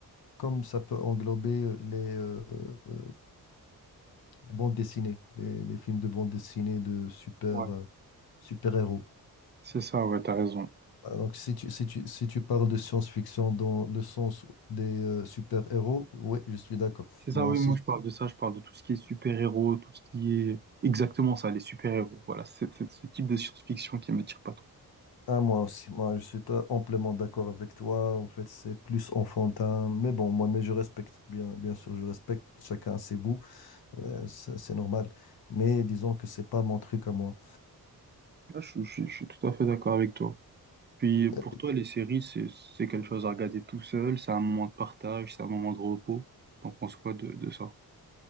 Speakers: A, on the left; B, on the right.
A: comme ça peut englober euh, les euh, euh, bandes dessinées, les, les films de bandes dessinées de super,
B: Ouais.
A: euh, super-héros.
B: C'est ça, ouais, t'as raison.
A: Voilà, donc, si tu, si tu, si tu parles de science-fiction dans le sens des euh, super-héros, oui, je suis d'accord.
B: C'est ça,
A: Moi
B: oui,
A: aussi.
B: moi je parle de ça, je parle de tout ce qui est super-héros, tout ce qui est... Exactement ça, les super-héros. Voilà, c'est c'est ce type de science-fiction qui m'attire pas trop.
A: Ah, moi aussi. Moi, je suis ta- amplement d'accord avec toi. En fait, c'est plus enfantin. Mais bon, moi, mais je respecte. Bien, bien sûr, je respecte. Chacun ses goûts. Euh, c'est c'est normal. Mais disons que c'est pas mon truc à moi.
B: Là, je, je- je suis tout à fait d'accord avec toi. Puis pour
A: Euh,
B: toi, les séries, c'est c'est quelque chose à regarder tout seul, c'est un moment de partage, c'est un moment de repos. T'en penses quoi de, de ça?